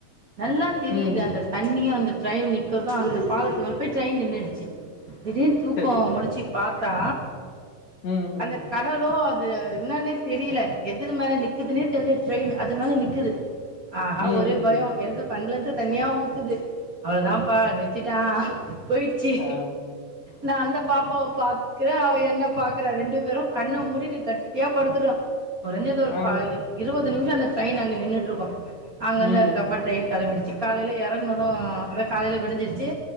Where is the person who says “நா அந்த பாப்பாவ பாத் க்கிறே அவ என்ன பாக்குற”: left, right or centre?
Right